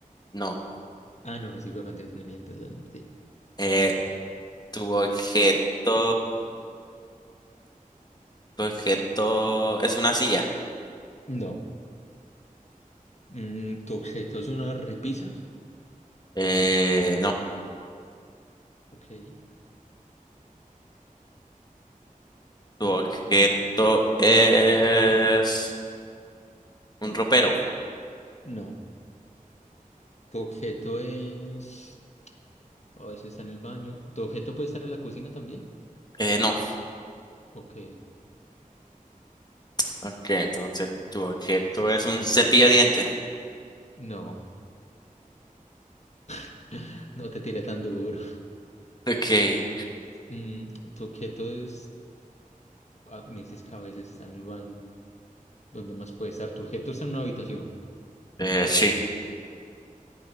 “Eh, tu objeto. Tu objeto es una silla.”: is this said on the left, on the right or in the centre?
Left